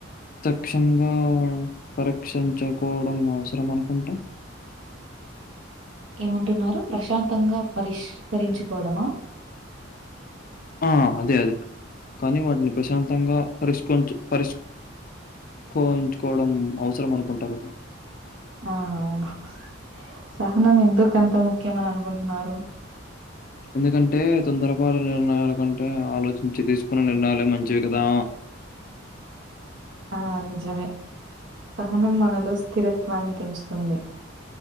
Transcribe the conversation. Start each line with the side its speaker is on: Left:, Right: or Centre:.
Left: త్యక్షంగా పరీక్షించకోవడం అవసరం అనుకుంటా!
Right: ఏమంటున్నారు? ప్రశాంతంగా పరిష్కరించుకోవడమా?
Left: ఆ అదే అదే. కానీ, వాటిని ప్రశాంతంగా పరిష్కరించు పరిష్ కోయించుకోవడం అవసరం అనుకుంటా కదా!
Right: ఆ అవును. సహనం ఎందుకు అంత ముఖ్యం అని అనుకుంటున్నారు?
Left: ఎందుకంటే, తొందర పాటు, నిర్ణయాల కంటే, ఆలోచించి తీసుకున్న నిర్ణయాలే మంచివి కదా!
Right: ఆ నిజమే. సహనం మనలో స్థిరత్వాన్ని పెంచుతుంది.